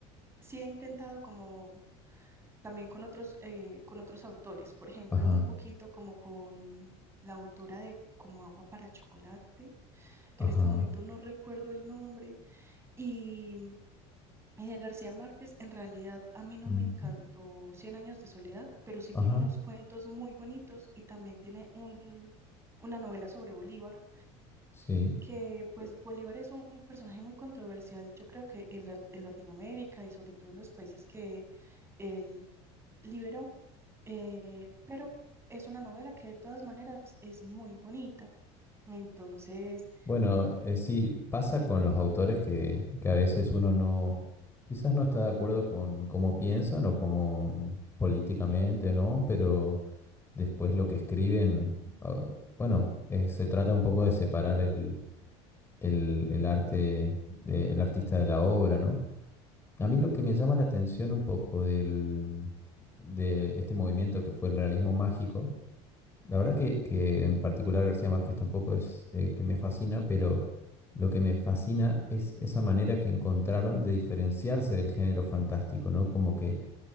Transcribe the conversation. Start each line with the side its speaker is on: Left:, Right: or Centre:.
Right: sí he intentado como también con otros, eh, con otros autores, por ejemplo,
Left: Ajá,
Right: un poquito como con la autora de Como agua para chocolate, que
Left: ajá.
Right: en este momento no recuerdo el nombre, y, y de García Márquez, en realidad a mí no
Left: mm,
Right: me encantó Cien años de soledad, pero sí
Left: Ajá,
Right: tiene unos cuentos muy bonitos y también tiene un, una novela sobre Bolívar,
Left: sí.
Right: que pues Bolívar es un personaje muy controversial, yo creo que en, la- en Latinoamérica y sobre todo en los países que él liberó, eh, pero es una novela que de todas maneras es muy bonita. Entonces,
Left: Bueno, eh, sí, pasa con los autores que, que a veces uno no, quizás no está de acuerdo con cómo piensan o cómo políticamente, ¿no? Pero después lo que escriben, ah, bueno, eh, se trata un poco de separar el, el, el arte del artista de la obra, ¿no? A mí lo que me llama la atención un poco del, de este movimiento que fue el realismo mágico, la verdad que, que en particular García Márquez tampoco es eh, que me fascina, pero lo que me fascina es esa manera que encontraron de diferenciarse del género fantástico, ¿no? Como que,